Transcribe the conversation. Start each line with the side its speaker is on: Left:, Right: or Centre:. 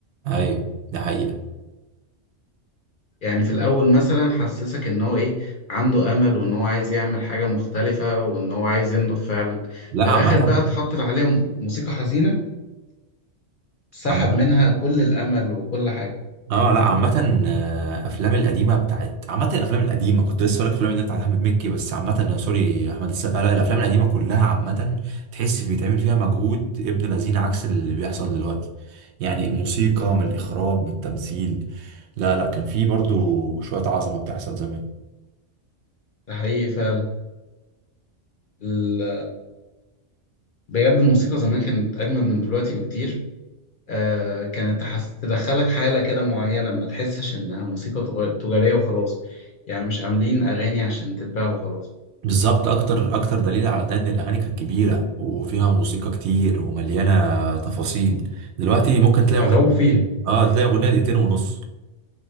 Right: أي دي حقيقة
Left: يعني في الاول مثلا حسسك ان هو ايه عنده امل وان هو عايز يعمل حاجه مختلفه وان هو عايز ينضف فعلا
Right: لا
Left: في الاخر
Right: عامة
Left: بقى اتحطت عليه م- موسيقى حزينه سحب
Right: عامة
Left: منها كل الامل وكل حاجه
Right: اه لا عامة آه، افلام القديمة بتاعت عامة الافلام القديمة كنت لسه هقولك الافلام القديمة بتاعت احمد مكي بس عامة آه، سوري احمد السقا لا الافلام القديمة كلها عامة تحس بيتعمل فيها مجهود ابن لذين عكس اللي بيحصل دلوقتي يعني الموسيقى من الاخراج من التمثيل لا لا كان في برضو شوية عظمة بتحصل زمان
Left: ده حقيقي فعلا ال- بجد الموسيقى زمان كانت اجمل من دلوقتي بكتير آه، كانت تحس... تدخلك حالة كده معينة ما تحسش إنها موسيقى تغ- تجارية وخلاص يعني مش عاملين أغاني عشان تتباع وخلاص
Right: بالظبط اكتر اكتر دليل على ده ان الاغاني كانت كبيرة وفيها موسيقى كتير ومليانة تفاصيل دلوقتي ممكن تلاقي
Left: متعوب
Right: اغنية
Left: فيها
Right: اه تلاقي اغنية دقيقتين ونص